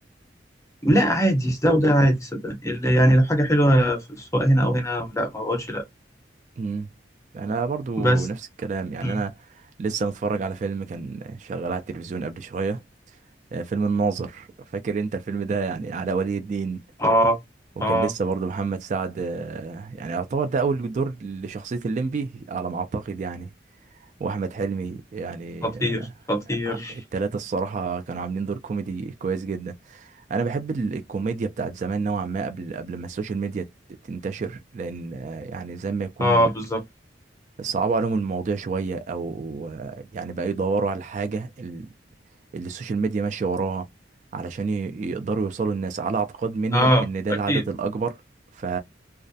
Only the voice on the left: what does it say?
لا عادي ده وده عادي صدقني اللي- يعني لو حاجة حلوة في- سواء هنا او هنا لا ما بقولش لا
بس
م.
اه
اه
خطير
خطير
اه بالظبط
اه
اكيد